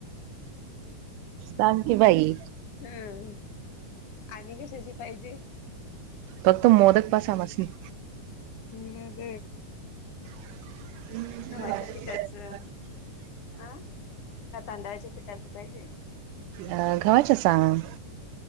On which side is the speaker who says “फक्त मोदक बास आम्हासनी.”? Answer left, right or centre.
Right